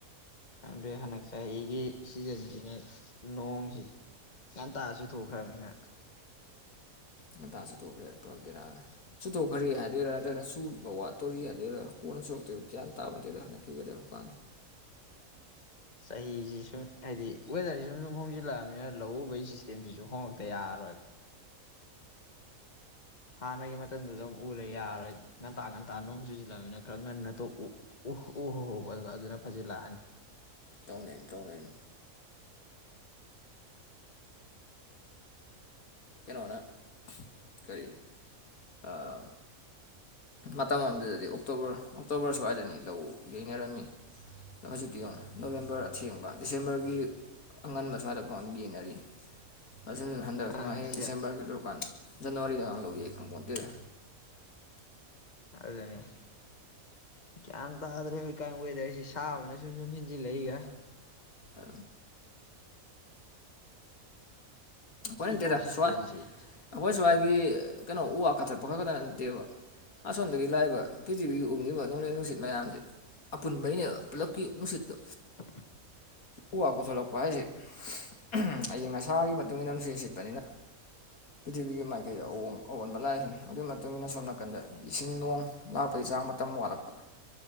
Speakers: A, on the left; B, on the left.
A: ꯑꯗꯨꯗꯩ ꯍꯟꯗꯛ ꯆꯍꯤꯒꯤ ꯁꯤꯖꯁꯤꯅ ꯅꯣꯡꯁꯤ ꯁꯟꯇꯥ ꯆꯨꯊꯣꯛꯈꯔ꯭ꯃꯤꯅꯥ
B: ꯉꯟꯇ ꯆꯨꯊꯣꯛꯈꯔ꯭ꯦ ꯄꯨꯔꯥ ꯕꯦꯔꯥꯅꯦ ꯆꯨꯊꯣꯛꯈ꯭ꯔꯗꯤ ꯍꯥꯏꯗꯣꯏꯔꯥ ꯅꯠꯇ꯭ꯔꯒꯅ ꯆꯨꯕꯥ ꯋꯥꯠꯇꯣꯔꯤ ꯍꯥꯏꯗꯣꯏꯔꯥ ꯀꯣꯟꯅ ꯆꯨꯔꯛꯇꯣꯏꯔ ꯒꯌ꯭ꯥꯟ ꯇꯄꯣꯟꯇꯦꯗ ꯆꯨꯒꯗꯔꯥ ꯀꯥꯟ
A: ꯆꯍꯤꯁꯤ ꯁꯨꯝ ꯍꯥꯏꯗꯤ ꯋꯦꯗꯔꯁꯤ ꯁꯨꯝ ꯁꯨꯝ ꯍꯣꯡꯖꯤꯜꯂꯛꯑꯕꯅꯤꯅ ꯂꯧꯎꯕꯒꯤ ꯁꯤꯁꯇꯦꯝꯁꯤꯁꯨ ꯍꯣꯡꯉꯛꯇ ꯌꯥꯔꯣꯏ ꯍꯥꯟꯅꯒꯤ ꯃꯇꯝꯗꯨꯗ ꯑꯃꯨꯛ ꯎꯔ ꯂꯩ ꯌꯥꯔꯣꯏ ꯉꯟꯇꯥ ꯉꯟꯇꯥ ꯅꯣꯡ ꯆꯨꯁꯤꯜꯂꯃꯤꯅ ꯈꯔ ꯉꯟꯅ ꯇꯣꯛ ꯎ ꯎ ꯎ ꯍꯧꯕ ꯑꯗꯨ ꯑꯗꯨꯅ ꯐꯖꯜꯂꯛꯑꯅꯤ
B: ꯇꯧꯅꯦꯟ ꯇꯧꯅꯦꯟ ꯀꯩꯅꯣꯅ ꯀꯔꯤ ꯑꯥ ꯃꯇꯝ ꯑꯃꯗꯨꯗꯗꯤ ꯑꯣꯛꯇꯣꯕꯔ ꯑꯣꯛꯇꯣꯕꯔ ꯁ꯭ꯋꯥꯏꯗꯅꯤ ꯂꯧ ꯌꯩꯅꯔꯝꯃꯤ ꯅꯪ ꯍꯖꯤꯛꯇꯤ ꯌꯦꯡꯉꯨ ꯅꯣꯕꯦꯝꯕꯔ ꯑꯊꯦꯡꯕ ꯗꯤꯁꯦꯝꯕꯔꯒꯤ ꯑꯉꯟꯕ ꯁ꯭ꯋꯥꯏꯗꯐꯥꯎꯅ ꯌꯦꯡꯅꯔꯤ ꯑꯁꯤꯅ ꯍꯟꯗꯛꯁꯨꯃꯥꯏꯅꯥ
A: ꯑꯗꯨꯁꯨ
B: ꯍꯌꯦꯡ ꯗꯤꯁꯦꯝꯕꯔꯒꯤ ꯂꯨꯔꯀꯥꯟ ꯖꯅꯋꯥꯔꯤꯗ ꯉꯔꯥꯡ ꯂꯧꯌꯩ ꯈꯪꯄꯣꯟꯇꯦꯗꯥ
A: ꯑꯗꯨꯅꯤ ꯒ꯭ꯌꯥꯟ ꯇꯥꯗ꯭ꯔꯦ ꯍꯧꯏꯀꯥꯟ ꯋꯦꯗꯔꯁꯤ ꯁꯥꯕꯅꯁꯨ ꯁꯨꯝ ꯍꯦꯟꯖꯤꯜꯂꯛꯏꯒ
B: ꯑ ꯑꯩꯈꯣꯏ ꯅꯠꯇꯦꯗ
A: ꯏꯀꯣ ꯁꯤꯁꯇꯦꯝꯁꯤ
B: ꯁ꯭ꯋꯥꯏ ꯑꯩꯈꯣꯏ ꯁ꯭ꯋꯥꯏꯒꯤ ꯀꯩꯅꯣ ꯎ ꯋꯥ ꯀꯥꯊꯠ ꯄꯥꯈꯠꯇꯅ ꯅꯠꯇꯦꯕ ꯑꯁꯣꯟꯗꯒꯤ ꯂꯥꯏꯕ ꯄ꯭ꯔꯤꯊꯤꯕꯤꯒꯤ ꯎꯡꯉꯤꯕ ꯅꯣꯡꯂꯩ ꯅꯨꯡꯁꯤꯠ ꯃꯌꯥꯝꯁꯦ ꯑꯄꯨꯟꯕꯩꯅꯦꯕ ꯄꯨꯜꯂꯞꯀꯤ ꯅꯨꯡꯁꯤꯠꯇꯣ
A: <inaudible>
B: ꯎ ꯋꯥ ꯀꯣꯊꯣꯂꯛꯄ ꯍꯥꯏꯁꯦ ꯎꯝ ꯑꯌꯤꯡ ꯑꯁꯥꯒꯤ ꯃꯇꯨꯡ ꯏꯟꯅ ꯅꯨꯡꯁꯤꯠ ꯁꯤꯠꯄꯅꯤꯅ ꯄ꯭ꯔꯤꯊꯤꯕꯤꯒꯤ ꯃꯥꯏꯀꯩ
A: ꯎꯝ
B: ꯑꯋꯣꯡ ꯑꯑꯣꯟꯕ ꯂꯥꯛꯏꯅꯤ ꯑꯗꯨꯒꯤ ꯃꯇꯨꯡ ꯏꯟꯅ ꯁꯣꯝꯅ ꯀꯟꯗ ꯏꯁꯤꯡ ꯅꯣꯡ ꯂꯥꯛꯄꯩ ꯆꯥꯡ ꯃꯇꯝ ꯋꯥꯠꯂꯛꯄ